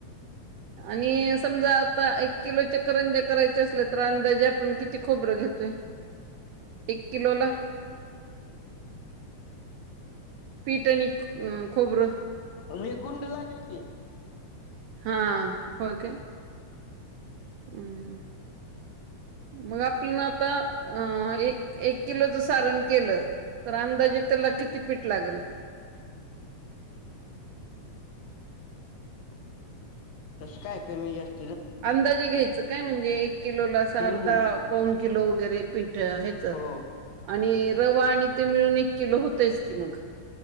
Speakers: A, on the right; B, on the left.
A: आणि समजा आता एक किलोच्या करंज्या करायचे असल्या तर अंदाजे आपण किती खोबरं घेतोय? एक किलो ला? पीठ आणि खबरं.
B: व्ह ये गुंड लागल की.
A: हां, होय काय? अं. मग आपल न आता अ एक एक किलोच सारण केलं तर अंदाजे त्याला किती पीठ लागल?
B: तसं काय कमी जास्त
A: अंदाजे घ्यायचं काय म्हणजे एक किलोला आस अर्धा
B: हम्म
A: पौन किलो वगैरे पीठ हेच आणि
B: हो
A: रवा आणि ते मिळून एक किलो होतयच की मग.